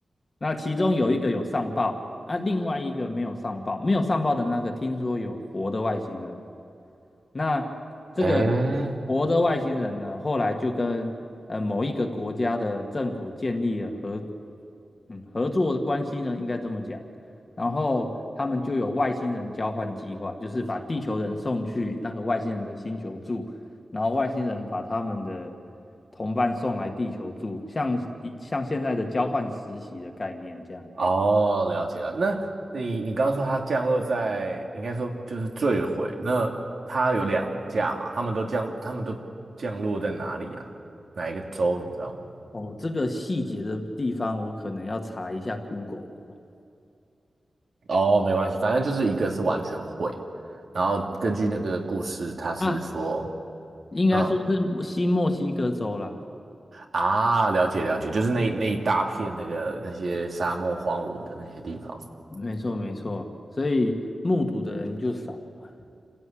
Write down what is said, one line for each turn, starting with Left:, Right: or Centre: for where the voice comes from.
Left: 那其中有一个有上报啊，另外一个没有上报，没有上报的那个听说有活的外星人。那这个
Right: 哎，
Left: 活的外星人呢，后来就跟呃某一个国家的政府建立了合嗯，合作的关系呢，应该这么讲。然后他们就有外星人交换计划，就是把地球人送去那个外星人的星球住，然后外星人把他们的同伴送来地球住，像以像现在的交换实习的概念这样。
Right: 哦，了解了。那你你刚刚说它降落在，应该说就是坠毁。那它有两架嘛？他们都降，他们都降落在哪里啊？哪一个州你知道吗？
Left: 哦，这个细节的地方我可能要查一下 Google 哦。
Right: 哦，没关系，反正就是一个是完全毁，然后根据那个故事，它是说，
Left: 啊，应该说是新墨西哥州啦，
Right: 嗯。啊，了解了解，就是那那一大片那个那些沙漠荒芜的那些地方嘛。
Left: 没错没错，所以目睹的人就少了。